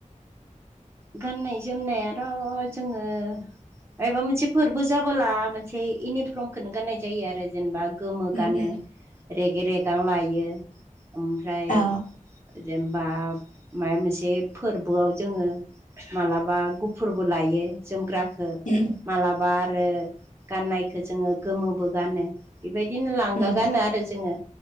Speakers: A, on the right; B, on the left.
A: गाननाय जोमनायाथ' जोङो मायबा मोनसे फोरबो जाबोला मोनसे इउनिफर्मखौनो गाननाय जायो आरो जेनेबा गोमो
B: उम
A: गानो
B: उम
A: रेगे रेगां लायो ओमफ्राय
B: औ
A: जेनेबा माबा मोनसे फोरबोआव जोङो मालाबा गुफुरबो लायो जोमग्राखौ।
B: उम
A: मालाबा आरो गाननायखौ जोङो गोमोबो गानो। बेबायदिनो लांगा
B: उम उम
A: गानो आरो जोङो